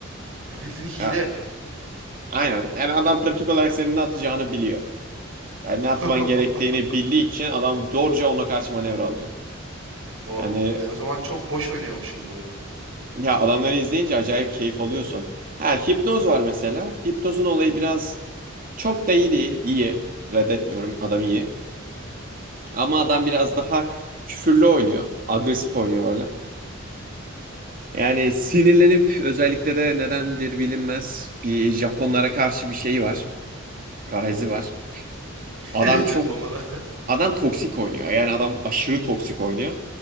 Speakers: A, on the right; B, on the right.
A: Bu bildiğin hile.
B: Ya, aynen yani adam pratik olarak senin ne atacağını biliyor. Yani
A: <laughs>
B: ne atman gerektiğini bildiği için adam zorca ona karşı manevra alıyor.
A: Oha,
B: Yani
A: ben o zaman çok boş oynuyormuşum bu oyunu.
B: Ya adamları izleyince acayip keyif alıyorsun. Ha hipnoz var mesela. Hipnozun olayı biraz çok da iyi değil. İyi. Reddetmiyorum. Adam iyi. Ama adam biraz daha küfürlü oynuyor. Agresif oynuyor böyle. Yani sinirlenip özellikle de nedendir bilinmez bir Japonlara karşı bir şey var. Garezi var. Adam
A: <laughs>
B: çok
A: Japonlara.
B: adam toksik oynuyor. Yani adam aşırı toksik oynuyor.